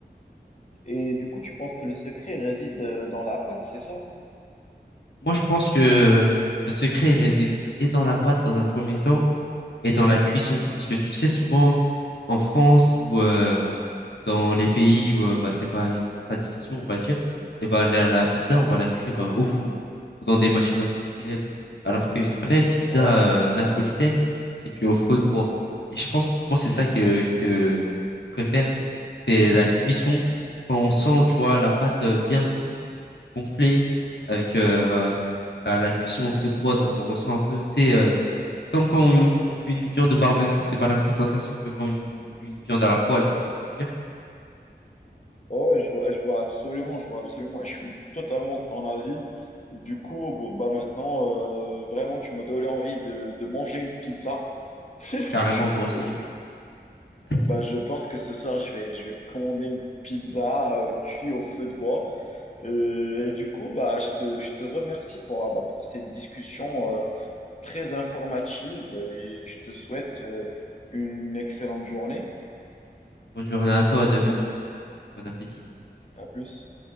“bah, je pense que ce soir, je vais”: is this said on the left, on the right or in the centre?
Left